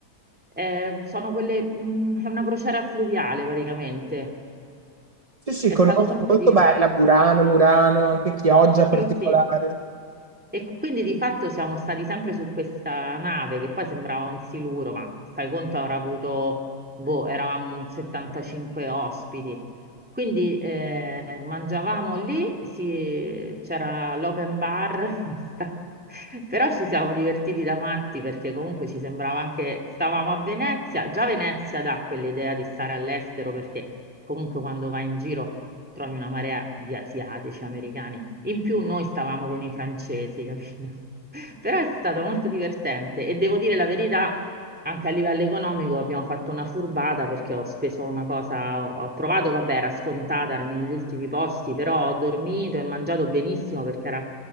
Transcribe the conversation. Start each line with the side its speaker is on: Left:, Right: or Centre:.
Centre: Eh, sono quelle, mh, è una crociera fluviale praticamente.
Right: Sì, sì,
Centre: È
Right: conosco,
Centre: stato molto
Right: molto
Centre: divertente.
Right: bella, Burano, Murano, anche Chioggia particolare.
Centre: Sì, sì. E quindi di fatto siamo stati sempre su questa nave che poi sembrava un siluro, ma fai conto avrà avuto, boh, eravamo 75 ospiti. Quindi eh, mangiavamo lì, si- c'era l'open bar, <laughs> sta- però ci siamo divertiti da matti perché comunque ci sembrava anche, stavamo a Venezia, già Venezia dà quell'idea di stare all'estero perché comunque quando vai in giro trovi una marea di asiatici, americani, in più noi stavamo con i francesi, capito? <laughs> Però è stato molto divertente e devo dire la verità. Anche a livello economico abbiamo fatto una furbata perché ho speso una cosa, ho ho trovato, vabbè, era scontata, erano gli ultimi posti, però ho dormito e mangiato benissimo perché era